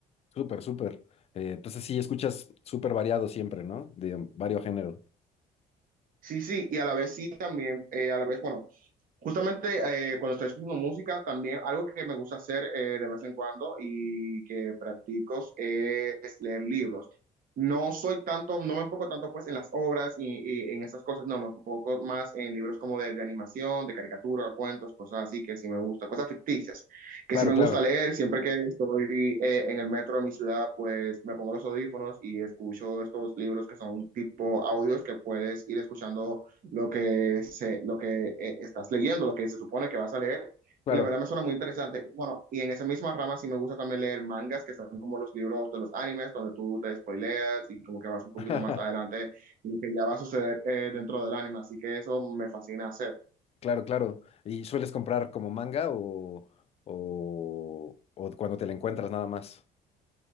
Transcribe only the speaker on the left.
Súper, súper. Eh, entonces sí, escuchas súper variado siempre, ¿no? De varios géneros.
Claro,
claro,
claro.
<laughs>
Claro, claro. ¿Y sueles comprar como manga o, o, o cuando te la encuentras nada más?